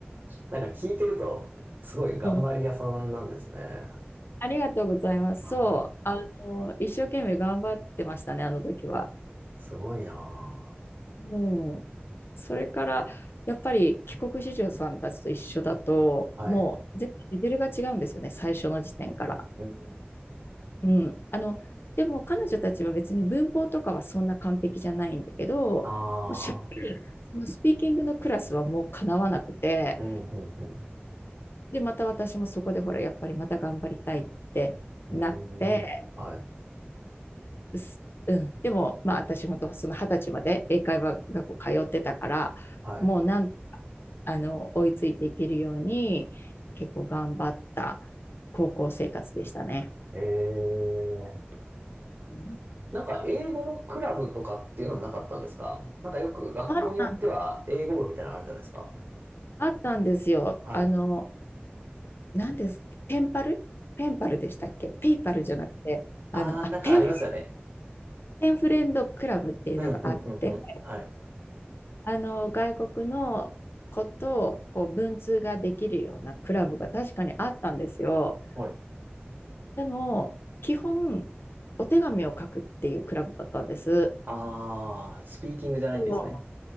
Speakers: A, on the right; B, on the left.
A: なんか聞いてると、すごい頑張り屋さんなんですね。
B: うん。ありがとうございます。
A: はい。
B: そう、あの、一生懸命頑張ってましたね、あの時は。
A: すごいな
B: もう、それから、やっぱり帰国子女さんたちと一緒だと、
A: ぁ。はい。
B: もう、全然レベルが違うんですよね、最初の時点から。
A: うん。
B: うん。あの、でも彼女たちは別に文法とかはそんな完璧じゃないんだけど、
A: ああ。
B: もうしゃそのスピーキングのクラスはもうかなわなくて、
A: うん、うん、うん。
B: で、また私もそこでほら、やっぱりまた頑張りたいってなって、
A: うーん。はい。
B: すうん。でも、まあ、私本当その二十歳まで英会話学校通ってたから、
A: は
B: もうなん、あの、追いついていけるように、結構頑張った高校生活でしたね。
A: い。ええ。
B: うん
A: なんか、英語のクラブとかっていうのはなかったんですかなんかよく学校によっては、
B: あったん、
A: 英語部みたいなのあるじゃないですか。
B: あったんですよ。
A: はい。
B: あの、何ですペンパルペンパルでしたっけペイパルじゃなくて、
A: ああ、
B: あの、あ、
A: なんかありますよね。
B: ペンフ、ペンフレンドクラブっていうのがあって、
A: うん、うんうんうん。はい。
B: あの、外国のことをこう文通ができるようなクラブが確かにあったんですよ。
A: はい。
B: でも、基本、お手紙を書くっていうクラブだったんです。
A: ああ、スピーキングじゃないんですね。
B: そ